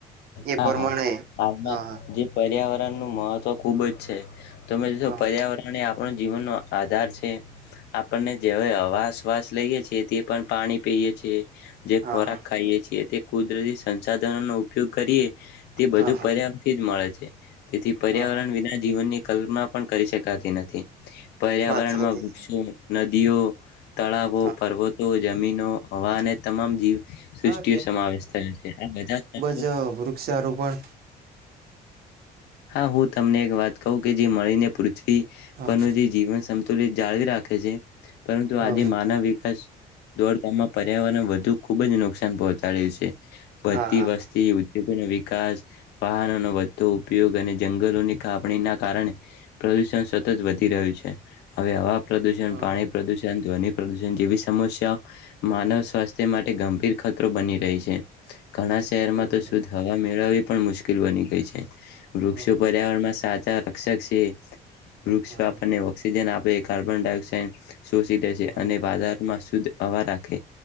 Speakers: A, on the right; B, on the left.
A: એ
B: હા
A: પ્રમાણે
B: હા આમાં
A: હા
B: જે પર્યાવરણ. નું મહત્વ ખુબ જ છે. તમે જો
A: હા
B: પર્યાવરણ આપ. આપણ જીવનનો આધાર છે આપણને જેવાવે અવાસવાસ લઈએ છીએ તે પણ પાણી પીએ છીએ. જે
A: હા
B: ખોરાક
A: હા
B: ખાઈએ છીએ તે. કુદરતી સંસાધનો ઉપ ઉપયોગ કરએ. તે બધું
A: હા હા
B: પર્યાવથી જ મળે છે. તેથી
A: હા
B: પર્યાવરણ
A: હા
B: વિના જીવનની કલ્માં પણ કરી શકાતી નથી પર્યાવરણમાં
A: વાત સાચી
B: વૃક્ષો
A: છે
B: નદીઓ તળાવો
A: હા
B: પર્વતો જમીનો હવા અને તમામ જીવ સૃષ્ટિ
A: હા
B: સમાવેશ થયો છે આ બધા
A: આજ વૃક્ષારોપણ
B: હા હું તમને એક વાત કહું કે જે મળીને પૂરછ
A: હા
B: જીવન સમુલિત જાળવી રાખે છે પરંતુ
A: હા
B: આજે માનવ વિકાસ દોડમાં પર્યાવરણ વધુ ખુબ જ નુકસાન પહોંચે તા્યું છે
A: હા
B: બધતી
A: હા હા
B: વસ્તી ઉગ નો વિકાસ વાહનો નો વધુ ઉપયોગ અને જંગલોની કાપણીના કારણે પ્રદૂષણ સતત વધી રહ્યું છે હવે હવા પ્રદૂષણ
A: હા
B: પાણી
A: હા
B: પ્રદુષણ ધ્વનિ જેવી સમસ્યાઓ માનવ સ્વાસ્થ્ય માટે ગંભીર ખતરો બની રહી છે. ઘણા શહેરમાં
A: બરોબર
B: તો શુદધ હવા મેળવવી પણ મુશ્કેલ કરવાની કે છે. વૃક્ષો
A: હા હા
B: પર્યાવરણ માં સા ચ રકક્ષકક્ષ વૃક્ષો
A: હા
B: આપણને
A: હા
B: ઓક્સિજન આપ બે કાર્બન ડાય ઓક્સાઇડ શોષી લે છે
A: હા
B: અને બાજારમાં શુદ્ધ અવા રાખે